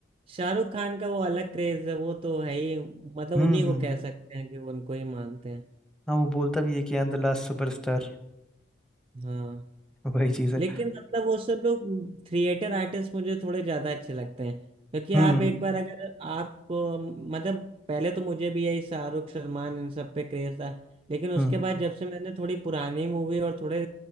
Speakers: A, on the right (about 30°); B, in the centre.
A: शाहरुख खान का वो अलग क्रेज है वो तो है ही मतलब
B: हम्म
A: उन्हीं
B: हम्म
A: को
B: हम्म।
A: कह सकते हैं कि वो उनको ही मानते हैं
B: हाँ वो बोलता भी है कि I am the last superstar
A: हाँ
B: वही चीज़ है
A: लेकिन मतलब वो सब लोग थिएटर आर्टिस्ट मुझे थोड़े ज्यादा अच्छे लगते हैं क्योंकि
B: हम्म
A: आप एक बार अगर आपको मतलब पहले तो मुझे भी यही शाहरुख सलमान इन सब पे क्रेज था लेकिन उसके
B: हम्म हम्म
A: बाद जब से मैंने थोड़ी पुरानी मूवी और थोड़े